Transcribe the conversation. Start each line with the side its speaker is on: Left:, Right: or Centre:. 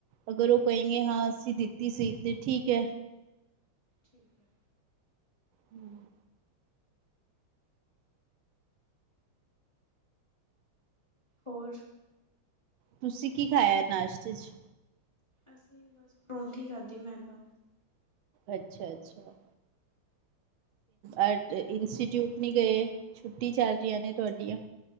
Right: ਅਗਰ ਉਹ ਕਹਿੰਗੇ! ਹਾਂ! ਅਸੀਂ ਦਿੱਤੀ ਸੀ! ਤੇ ਠੀਕ ਹੈ।
Left: ਠੀਕ ਹੈ।
Right: ਹੂੰ
Left: ਹੋਰ?
Right: ਤੁਸੀਂ ਕੀ ਖਾਇਆ ਨਾਸ਼ਤੇ ਚ?
Left: ਅਸੀਂ ਬਸ ਪਰੋਂਂਠੀ ਖਾਧੀ ਮੈਂ ਤਾਂ।
Right: ਅੱਛਾ! ਅੱਛਾ! ਅੱਜ ਇੰਸਟੀਟਿਊਟ ਨਹੀਂ ਗਏ? ਛੁੱਟੀ ਚੱਲ ਰਹੀਆਂ ਨੇ ਤੁਹਾਡੀਆਂ?